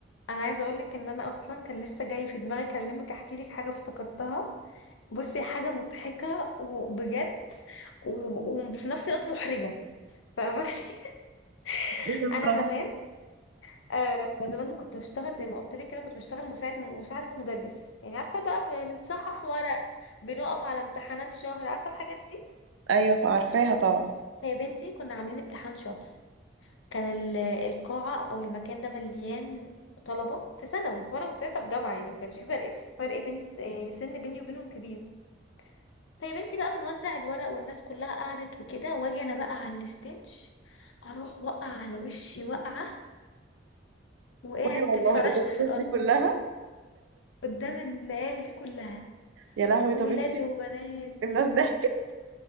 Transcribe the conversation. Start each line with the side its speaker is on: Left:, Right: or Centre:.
Left: انا عايزه اقولك ان انا اصلا كان لسه جاي في دماغي اكلمك احكي لك حاجه افتكرتها بصي حاجه مضحكه وبجد و- وفي نفس الوقت محرجه فاهماني <laughs>
Right: ايه ده
Left: انا
Right: بقى؟
Left: زمان آه زمان كنت بشتغل زي ما قلت لك كده كنت بشتغل مساعد مساعده مدرس يعني عارفه بقى ب- بنصحح ورق بنقف على امتحانات شهر عارفه الحاجات دي
Right: ايوه فعارفاها طبعا
Left: فيا بنتي كنا عاملين امتحان شهر كان ال- القاعة أو المكان ده مليان طلبة في ثانوي وأنا كنت لسه في جامعة يعني ما كانش في فرق فرق بين س- آه، سن بيني وبينهم كبير فيا بنتي بقى بنوزع الورق والناس كلها قعدت وكده واجي أنا بقى على الستينج أروح وقع على وشي وقعة وقعدت
Right: قولي والله
Left: اتفرشت
Right: قدام
Left: في
Right: الناس
Left: الأرض
Right: دي كلها
Left: قدام العيال دي كلها
Right: يا لهوي
Left: ولاد
Right: طب انتي
Left: وبنات
Right: الناس ضحكت